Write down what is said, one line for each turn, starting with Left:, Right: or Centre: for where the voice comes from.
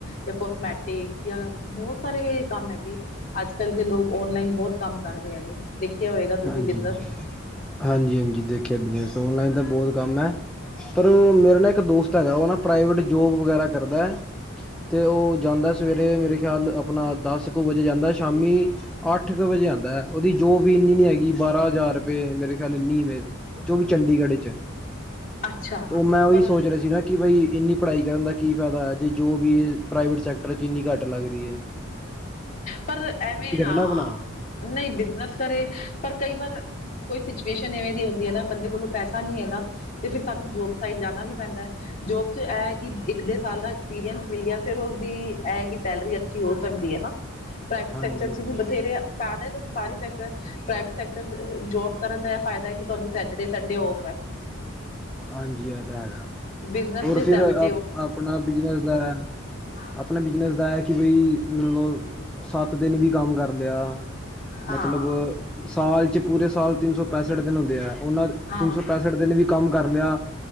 Left: ਜਾਂ ਕੋਸਮੈਟਿਕ ਜਾਂ ਬਹੁਤ ਸਾਰੇ ਕੰਮ ਹੈਗੇ ਅੱਜ ਕੱਲ੍ਹ ਤੇ ਲੋਕ ਔਨਲਾਈਨ ਬਹੁਤ ਕੰਮ ਕਰਦੇ ਹੈਗੇ ਦੇਖਿਆ ਹੋਏਗਾ ਤੁਸੀਂ
Centre: ਹਾਂਜੀ
Left: ਬਿਜਨਸ
Centre: ਹਾਂਜੀ ਹਾਂਜੀ ਦੇਖਿਆ ਬਿਜਨਸ ਔਨਲਾਈਨ ਦਾ ਬਹੁਤ ਕੰਮ ਐ ਪਰ ਉਹ ਮੇਰੇ ਨਾਲ ਇੱਕ ਦੋਸਤ ਹੈਗਾ ਉਹ ਨਾ ਪ੍ਰਾਈਵੇਟ ਜੋਬ ਵਗੈਰਾ ਕਰਦਾ ਐ ਤੇ ਉਹ ਜਾਂਦਾ ਸਵੇਰੇ ਮੇਰੇ ਖਿਆਲ ਆਪਣਾ ਦਸ ਕੁ ਵਜੇ ਜਾਂਦਾ ਸ਼ਾਮੀ ਅੱਠ ਕੁ ਵਜੇ ਆਉਂਦਾ ਹੈ, ਉਹਦੀ ਜੋ ਵੀ ਇੰਨੀ ਨੀ ਹੈਗੀ ਬਾਰਾਂ ਹਜ਼ਾਰ ਰੁਪਏ ਮੇਰੇ ਖਿਆਲ ਇੰਨੀ ਵੇ ਉਹ ਵੀ ਚੰਡੀਗੜ੍ਹ ਚ
Left: ਅੱਛਾ
Centre: ਤੋ ਮੈਂ ਓਹੀ
Left: ਪਰ
Centre: ਸੋਚ ਰੇਹਾ ਸੀ ਨਾ। ਕਿ ਬਈ ਏਨੀ ਪੜ੍ਹਾਈ ਕਰਨ ਦਾ ਕੀ ਫਾਇਦਾ ਹੋਯਾ, ਜੇ ਜੋਬ ਈ ਪ੍ਰਾਈਵੇਟ ਸੈਕਟਰ ਚ ਇੰਨੀ ਘੱਟ ਲੱਗ ਰਹੀ ਏ।
Left: ਪਰ ਐਵੇਂ ਹਾਂ
Centre: ਨਾ ਆਪਣਾ
Left: ਨਈ ਬਿਜ਼ਨਸ ਕਰੇ, ਪਰ ਕਈ ਵਾਰ ਕੋਈ ਸਿਚੁਏਸ਼ਨ ਐਵੇਂ ਦੀ ਹੁੰਦੀ ਏ ਨਾ ਬੰਦੇ ਕੋਲੋਂ ਪੈਸਾ ਨੀ ਹੈਗਾ ਤੇ ਫਿਰ ਸਾਨੂੰ ਜੋਬ ਸਾਈਡ ਜਾਣਾ ਵੀ ਪੈਂਦਾ। ਜੋਬ ਚ ਏਹ ਕਿ ਇੱਕ-ਡੇਢ ਸਾਲ ਦਾ ਐਕਸਪੀਰੀੰਸ ਮਿਲ ਗਿਆ ਫੇਰ ਉਸਦੀ ਏਹ ਕਿ ਸੈਲਰੀ ਅੱਛੀ ਹੋ ਸਕਦੀ ਏ ਨਾ। ਪ੍ਰਾਈਵੇਟ
Centre: ਹਾਂਜੀ
Left: ਸੈਕਟਰ ਚ
Centre: ਹਾਂਜੀ
Left: ਵੀ ਬਥੇਰੇ ਫਾਇਦੇ ਏ ਤਾਂ ਸਾਰੇ ਸੈਕਟਰ ਪ੍ਰਵੇਟ ਸੈਕਟਰ ਅਹ ਆ ਜੋਬ ਕਰਨ ਦਾ ਏਹ ਫਾਇਦਾ ਏ ਕਿ ਤੁਹਾਨੂੰ ਸੈਟਰਡੇ ਸੰਡੇ ਅਫ ਐ।
Centre: ਹਾਂਜੀ ਏਹ ਤਾਂ ਹੈਗਾ,
Left: ਬਿਜਨਸ
Centre: ਹੋਰ
Left: ਚ
Centre: ਫਿਰ
Left: ਸੈਵਨ
Centre: ਆਪਣਾ ਬਿਜ਼ਨਸ ਦਾ
Left: ਹਾਂ।
Centre: ਆਪਣੇ ਬਿਜ਼ਨਸ ਦਾ ਏ ਕਿ ਬਈ ਮਤਲਬ ਸੱਤ ਦਿਨ ਵੀ ਕੰਮ ਕਰ ਲਿਆ
Left: ਹਾਂ
Centre: ਮਤਲਬ ਸਾਲ ਚ ਪੂਰੇ ਸਾਲ ਤਿੰਨ ਸੌ ਪੈਂਸਠ ਦਿਨ ਹੁੰਦੇ ਆ, ਓਨਾਂ
Left: ਹਾਂ
Centre: ਤਿੰਨ ਸੌ ਪੈਂਸ ਸਠ ਦਿਨ ਵੀ ਕੰਮ ਕਰ ਲਿਆ,